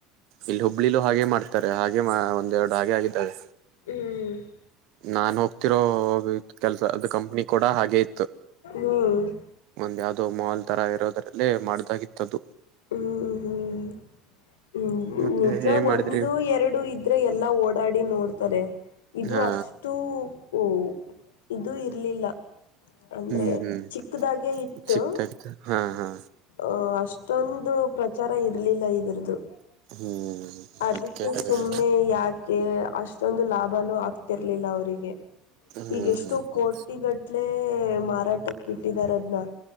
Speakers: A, on the right; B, on the left.
A: ಇಲ್ಲಿ ಹುಬ್ಳಿಲು ಹಾಗೆ ಮಾಡ್ತಾರೆ ಹಾಗೆ ಒಂದ್ ಎರಡು ಹಾಗೆ ಆಗಿದ್ದಾರೆ.
B: ಹ್ಮ್
A: ನಾನ್ ಹೋಗ್ತಿರೋ ಕೆಲ್ಸ ಅದ ಕಂಪ್ನಿ ಕೂಡ ಹಾಗೆ ಇತ್ತು.
B: ಹ್ಮ್
A: ಒಂದ್ ಯಾವ್ದೋ ಮಾಲ್ ತರ ಇರೋದ್ರಲ್ಲೇ ಮಾಡ್ದಾಗಿತ್ತದ್ದದು.
B: ಹ್ಮ್ ಹ್ಮ್
A: ಮತ್ತೆ
B: ನಿಜ
A: ಏನ್ ಮಾಡಿದ್ರಿ
B: ಒಂದು ಎರಡು ಇದ ಇದ್ರೆ ಎಲ್ಲಾ ಓಡಾಡಿ ನೋಡ್ತಾರೆ ಇದು
A: ಹಾ
B: ಅಷ್ಟ ಅಷ್ಟು <unintelligible> ಇದು ಇರಲಿಲ್ಲ. ಅಂದ್ರೆ
A: ಹ್ಮ್ ಹ್ಮ್
B: ಚಿಕ್ಕದಾಗೆ ಇತ್ತು
A: ಚಿಕ್ದಾಗಿತ್ತು ಹಾ ಹಾ
B: ಅ ಅಷ್ಟೊಂದು ಪ್ರಚಾರ ಇರ್ಲಿಲ್ಲ ಇದ್ರುದು.
A: ಹ್ಮ್
B: ಅದಕ್ಕೆ
A: ಅದ್ಕೆ ತಗದು
B: ಸುಮ್ನೆ ಯಾಕೆ ಅಷ್ಟೊಂದು ಲಾಭನು ಆಗ್ತಿರ್ಲಿಲ್ಲ ಅವರಿಗೆ
A: ಹ್ಮ್
B: ಈಗಷ್ಟೋ
A: ಹ್ಮ್ ಹ್ಮ್
B: ಕೋಟಿ ಗಟ್ಲೆ ಮಾರಾಟಕ್ಕ ಇಟ್ಟಿದಾರ ಅದನ್ನ